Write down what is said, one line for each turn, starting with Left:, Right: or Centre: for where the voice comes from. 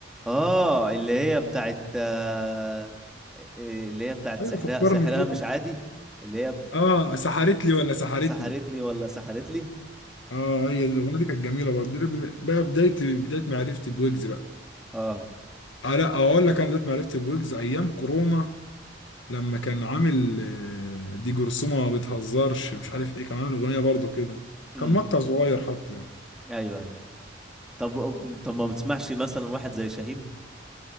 Centre: اه اللي هي بتاعت آه، آه، اللي هي بتاعت
Left: ايوه
Centre: سحرها
Left: فكرني
Centre: سحرها
Left: كده
Centre: مش عادي اللي هي
Left: اه سحرت لي ولا سحرتني
Centre: سحرتني ولا سحرت لي
Left: اه هي دي الاغنيه دي كانت جميله برضه دي بقى بدايه بدايه معرفتي بويجز بقى
Centre: اه
Left: آه لا آه، اقول لك انا بدايه معرفتي بويجز ايام كورونا لما كان عامل آه، دي جرثومه ما بتهزرش مش عارف ايه كان عامل اغنيه برضه كده
Centre: امم
Left: كان مقطع صغير حتى يعني.
Centre: ايوه ايوه طب طب ما بتسمعش مثلا واحد زي شاهين